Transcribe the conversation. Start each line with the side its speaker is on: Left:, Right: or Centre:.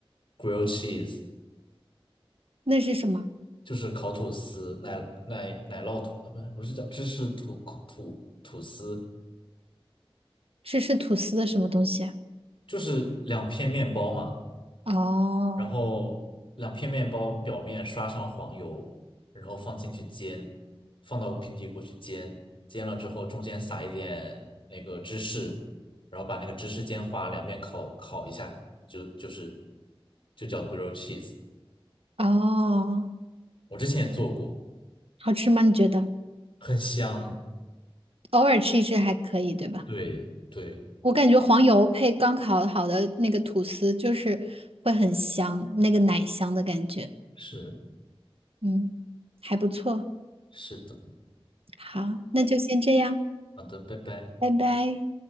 Left: grilled cheese，
Right: 那是什么？
Left: 就是烤吐司、奶奶奶酪吐啊，不是不是叫芝士吐吐吐司，
Right: 这是吐司的什么东西啊
Left: 就是两片面包嘛。
Right: 哦
Left: 然后两片面包表面刷上黄油，然后放进去煎，放到平底锅去煎，煎了之后中间撒一点那个芝士，然后把那个芝士煎化，两边烤烤一下，就就是就叫 grilled cheese。
Right: 哦，
Left: 我之前也做过，
Right: 好吃吗？你觉得？
Left: 很香。
Right: 偶尔吃一吃还可以，对吧？
Left: 对对，
Right: 我感觉黄油配刚烤好的那个吐司，就是会很香，那个奶香的感觉。
Left: 是
Right: 嗯，还不错。
Left: 是的，嗯，
Right: 好，那就先这样，
Left: 好的，拜拜。
Right: 拜拜。